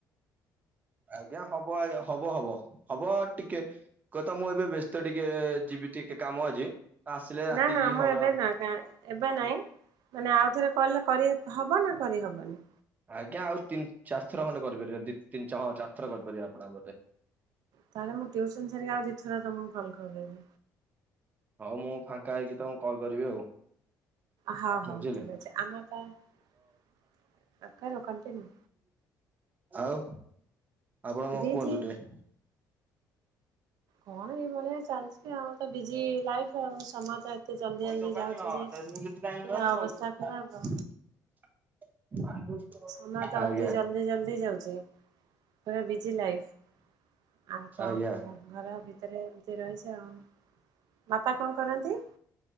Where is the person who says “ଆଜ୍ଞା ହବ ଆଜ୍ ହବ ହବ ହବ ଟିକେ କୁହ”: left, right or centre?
Right